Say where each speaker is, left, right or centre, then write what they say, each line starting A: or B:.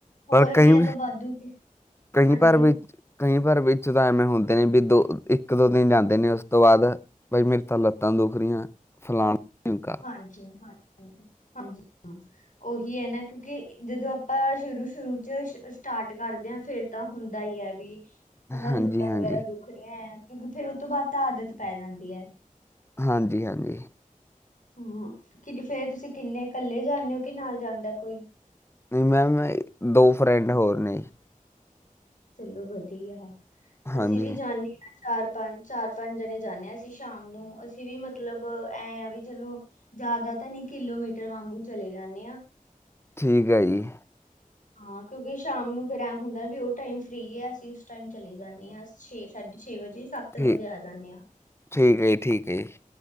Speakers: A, on the left; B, on the left.
A: ਹੋਰ
B: ਪਰ ਕਈ
A: ਵੀ ਐ ਤਾਂ ਵਾਧੂ ਹਾਂਜੀ
B: ਕਈ ਪਰ ਵਿੱਚ ਕਈ ਵਾਰ ਵਿੱਚ ਤਾਂ ਐਵੇਂ ਹੁੰਦੇ ਨੇ ਵੀ ਦੋ ਇੱਕ ਦੋ ਦਿਨ ਜਾਂਦੇ ਨੇ ਉਸ ਤੋਂ ਬਾਅਦ ਬਾਈ ਮੇਰੇ ਤਾਂ ਲੱਤਾਂ ਦੁਖ ਰਹੀਆਂ ਫਲਾਣਾ ਢਿਮਕਾ
A: ਹਾਂਜੀ ਹਾਂਜੀ ਹਾਂਜੀ ਹਾਂ। ਓਹੀ ਏ ਨਾ ਕਿਉਂਕਿ ਜਦੋ ਆਪਾਂ ਸ਼ੁਰੂ -ਸ਼ੁਰੂ ਚ ਸਟਾਰਟ ਕਰਦੇ ਆਂ ਫੇਰ ਤਾਂ ਹੁੰਦਾ ਈ ਐਵੀ ਹਨਾ
B: ਹਾਂਜੀ
A: ਲੱਤਾਂ
B: ਹਾਂਜੀ
A: ਵਗੈਰਾ ਦੁਖ ਰਹੀਆਂ ਐਂ ਕਿਉਂਕਿ ਫੇਰ ਓਹਦੇ ਤੋਂ ਬਾਅਦ ਤਾਂ ਆਦਤ ਪੈ ਜਾਂਦੀ ਐ।
B: ਹਾਂਜੀ, ਹਾਂਜੀ।
A: ਹਮ ਕਿ ਫਿਰ ਤੁਸੀਂ ਕਿੰਨੇ ਇਕੱਲੇ ਜਾਂਦੇ ਹੋ ਕਿ ਨਾਲ ਜਾਂਦਾ ਕੋਈ
B: ਨਹੀਂ ਮੈਮ ਦੋ ਫਰੈਂਡ ਹੋਰ ਨੇ।
A: ਚਲੋ ਵਧੀਆ,
B: ਹਾਂਜੀ
A: ਅਸੀਂ ਵੀ ਜਾਂਦੇ ਹਾਂ ਚਾਰ- ਪੰਜ, ਚਾਰ -ਪੰਜ ਜਣੇ ਜਾਂਦੇ ਹਾਂ ਅਸੀਂ ਸ਼ਾਮ ਨੂੰ ਅਸੀਂ ਵੀ ਮਤਲਬ ਐਂ ਆ ਵੀ ਚਲੋ। ਜ਼ਿਆਦਾ ਤਾਂ ਨਹੀ, ਕਿਲੋਮੀਟਰ ਵਾਂਗੂੰ ਚਲੇ ਜਾਂਦੇ ਆਂ।
B: ਠੀਕ ਹੈ ਜੀ।
A: ਹਾਂ ਕਿਉਂਕਿ ਸ਼ਾਮ ਨੂੰ ਫਿਰ ਐਂ ਹੁੰਦਾ ਵੀ ਉਹ ਟਾਈਮ ਫ੍ਰੀ ਹੈ ਅਸੀਂ ਉਸ ਟਾਈਮ ਚਲੇ ਜਾਂਦੇ ਆ। ਛੇ ਸਾਢੇ ਛੇ ਵਜੇ ਸੱਤ
B: ਠੀਕ
A: ਕੁ ਵਜੇ ਆ ਜਾਂਦੇ ਹਾਂ।
B: ਠੀਕ ਹੈ ਜੀ ਠੀਕ ਹੈ ਜੀ